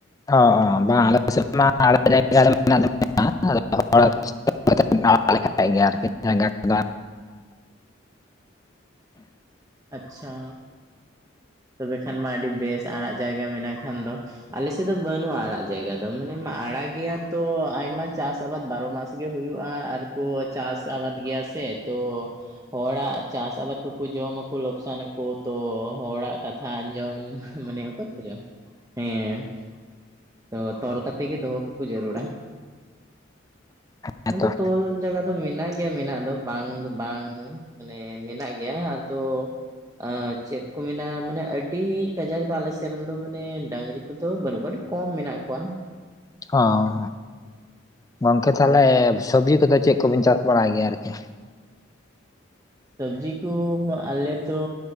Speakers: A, on the left; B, on the right.
A: ᱚ ᱚᱸ ᱵᱟᱝ ᱟᱞᱮ ᱥᱮᱫ ᱢᱟ ᱟᱲᱟᱜ ᱡᱟᱭᱜᱟ ᱫᱚ ᱢᱮᱱᱟᱜ <unintelligible> <unintelligible> ᱟᱲᱟᱜ ᱞᱮᱠᱷᱟᱡ ᱜᱮ ᱟᱨᱠᱤ ᱡᱟᱜᱟ ᱠᱚᱼᱼ
B: ᱟᱪᱪᱷᱟ᱾ ᱛᱚᱵᱮ ᱠᱷᱟᱱ ᱢᱟ ᱟᱹᱰᱤ ᱵᱮᱥ ᱟᱲᱟᱜ ᱡᱟᱭᱜᱟ ᱢᱮᱱᱟᱜ ᱠᱷᱟᱱ ᱫᱚ ᱾ ᱟᱞᱮ ᱥᱮᱫ ᱫᱚ ᱵᱟᱹᱱᱩᱜᱼᱟ, ᱟᱲᱟᱜ ᱡᱟᱭᱜᱟ ᱫᱚ ᱢᱟᱱᱮ ᱟᱲᱟ ᱜᱮᱭᱟ ᱛᱚ ᱟᱭᱢᱟ ᱪᱟᱥ ᱟᱵᱟᱫ ᱵᱟᱨᱚ ᱢᱟᱥ ᱜᱮ ᱦᱩᱭᱩᱜᱼᱟ, ᱟᱨᱠᱚ ᱪᱟᱥ ᱟᱵᱟᱫ ᱜᱮᱭᱟ ᱥᱮ ᱛᱚ ᱦᱚᱲᱟᱜ ᱪᱟᱥ ᱟᱵᱟᱫᱽ ᱠᱚᱠᱩ ᱡᱚᱢ ᱟᱠᱩ ᱞᱚᱠᱥᱟᱱ ᱟᱠᱩ ᱛᱚ ᱦᱚᱲᱟᱜᱼᱼ ᱛᱷᱟ ᱟᱡᱚᱢ ᱢᱟᱱᱮ ᱚᱠᱚᱭ ᱠᱷᱚᱡᱚᱜ ᱟᱭ, ᱦᱮᱸ᱾ ᱛᱚ ᱛᱚᱞ ᱠᱟᱛᱮ ᱜᱮ ᱫᱚᱦᱚ ᱠᱟᱠᱚ ᱡᱟᱹᱨᱩᱲᱟ
A: ᱦᱮᱸᱛᱚ
B: ᱟᱫᱚ ᱛᱚᱞ ᱡᱟᱜᱟ ᱫᱚ ᱢᱮᱱᱟᱜ ᱜᱮᱭᱟ ᱢᱮᱱᱟᱜ ᱫᱚ ᱵᱟᱝ ᱫᱚ ᱵᱟᱝ᱾ ᱢᱟᱱᱮ ᱢᱮᱱᱟᱜ ᱜᱮᱭᱟ ᱟᱫᱚ ᱮᱸ ᱪᱮᱫ ᱠᱚ ᱢᱮᱱᱟᱼᱼ ᱢᱟᱱᱮ ᱟᱹᱰᱤ ᱠᱟᱡᱟᱠ ᱫᱚ ᱟᱞᱮ ᱥᱮᱫ ᱨᱮᱱ ᱫᱚ ᱢᱟᱱᱮ ᱰᱟᱹᱝᱨᱤ ᱠᱚᱫᱚ ᱵᱟᱹᱱᱩᱜ ᱠᱚᱣᱟ, ᱟᱹᱰᱤ ᱠᱚᱢ ᱢᱮᱱᱟᱜ ᱠᱚᱣᱟ ᱾
A: ᱚᱸ, ᱜᱚᱝᱠᱮ ᱛᱟᱦᱚᱞᱮ ᱥᱚᱵᱽᱡᱤ ᱠᱚᱫᱚ ᱪᱮᱫ ᱠᱚᱵᱤᱱ ᱪᱟᱥ ᱵᱟᱲᱟᱭ ᱜᱮᱭᱟ ᱟᱨᱠᱤ?
B: ᱥᱚᱵᱽᱡᱤ ᱠᱚ ᱟᱞᱮᱫᱚ